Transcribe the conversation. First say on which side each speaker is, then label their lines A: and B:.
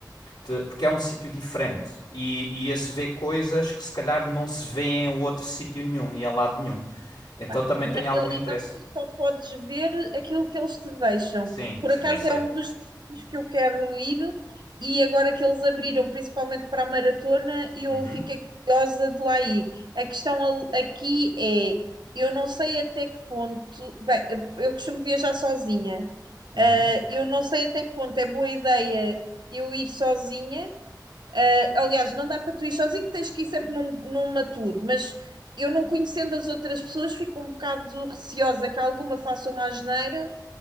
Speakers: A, on the left (about 75°); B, on the right (about 75°).
A: de- porque é um sítio diferente e, e ia se ver coisas que se calhar não se vê em outro sítio nenhum e em lado nenhum. Então
B: Pá,
A: também
B: Na
A: tem
B: realidade,
A: algum interesse.
B: tu só podes ver aquilo que eles te deixam.
A: Sim,
B: Por
A: sim,
B: acaso
A: eu sei.
B: é um dos destinos que eu quero ir, e agora que eles abriram, principalmente para a maratona, eu
A: Uhum,
B: fiquei curiosa de lá ir. A questão al- aqui é: eu não sei até que ponto. Bem, eu costumo viajar sozinha,
A: uhum,
B: Ah, eu não sei até que ponto é boa ideia eu ir sozinha ah, aliás, não dá para tu ir sozinho, tens que ir sempre num, numa tour, mas eu não conhecendo as outras pessoas, fico um bocado receosa que alguma faça uma asneira